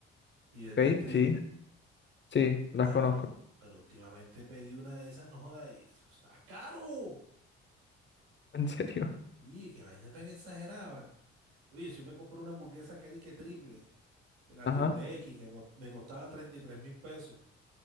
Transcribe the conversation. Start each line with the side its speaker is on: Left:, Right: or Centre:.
Right: y del
Left: ok,
Right: distrito.
Left: sí, sí, las
Right: Ah,
Left: conozco.
Right: pero, pero últimamente pedí una de esas, no joda, y eso está caro.
Left: <laughs> En serio.
Right: Oye, qué vaina tan exagerada, ¿vale? Oye, si me compré una hamburguesa que era y que triple. que la
Left: Ajá.
Right: triple X, que cos- me costaba treinta y tres mil pesos.